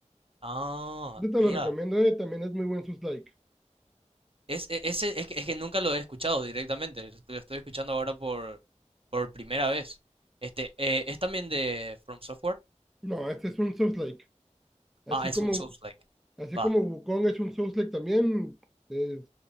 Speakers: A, on the right (about 50°); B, in the centre.
A: Ah,
B: Este te
A: mira.
B: lo recomiendo, eh, también es muy buen Souls-like.
A: Es, e- ese, es que, es que nunca lo he escuchado directamente. Lo estoy lo estoy escuchando ahora por, por primera vez. Este, eh, ¿es también de From Software?
B: No, este es un Souls-like. Así
A: Ah, es
B: como,
A: un Souls-like.
B: así
A: Va.
B: como Wukong es un Souls-like también, es-